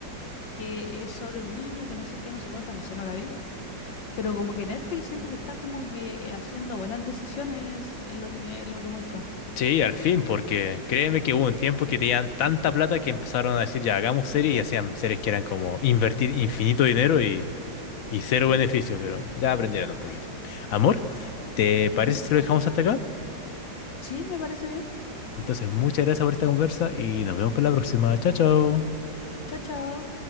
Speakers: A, on the left (about 80°); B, on the left (about 65°).
A: que es sobre un niño que no sé qué, no sé cuánta, no sé, no la vi. Pero como que Netflix siento que está como que haciendo buenas decisiones en lo que, en lo que muestra.
B: Sí, al fin, porque créeme que hubo un tiempo que tenían tanta plata que empezaron a decir, ya, hagamos series y hacían series que eran como invertir infinito dinero y, y cero beneficio, pero ya aprendieron un poquito. Amor, ¿te parece
A: Ujú.
B: si lo dejamos hasta acá?
A: Sí, me parece bien.
B: Entonces, muchas gracias por esta conversa y nos vemos para la próxima. Chao, chao.
A: Chao, chao.